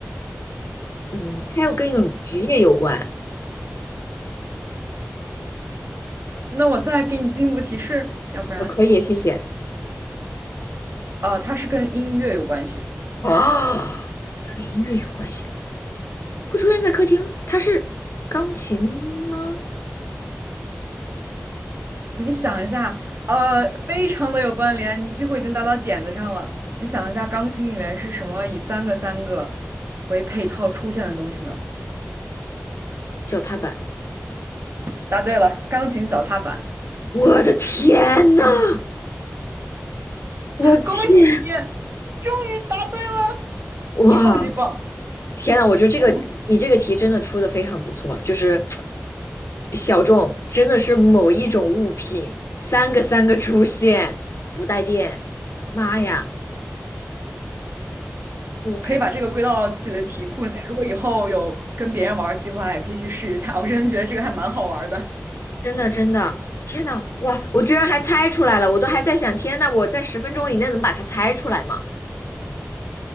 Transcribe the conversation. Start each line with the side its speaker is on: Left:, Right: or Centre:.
Left: 嗯，它又跟一种职业有关。
Right: 那我再给你进一步提示，要不然，
Left: 呃，可以，谢谢。
Right: 呃，它是跟音乐有关系。
Left: 啊 <gasps>，它跟音乐有关系，会出现在客厅。它是钢琴吗？
Right: 你想一下，呃，非常的有关联，你几乎已经答到点子上了。你想一下，钢琴里面是什么以三个三个为配套出现的东西呢？
Left: 脚踏板。
Right: 答对了，钢琴脚踏板。
Left: 我的天呐！我的天，
Right: 恭喜你，终于答对了，
Left: 哇，
Right: 超级棒！
Left: 天呐！我觉得这个你这个题真的出的非常不错，
Right: 嗯，
Left: 就是小众，真的是某一种物品，三个三个出现，不带电。妈呀，的太好。
Right: 可以把这个归到自己的题库里面。如果以后有跟别人玩儿计划，也可以去试一下。我真的觉得这个还蛮好玩儿的。
Left: 真的真的，天呐，哇！我居然还猜出来了，我都还在想，天呐，我在十分钟以内能把它猜出来吗？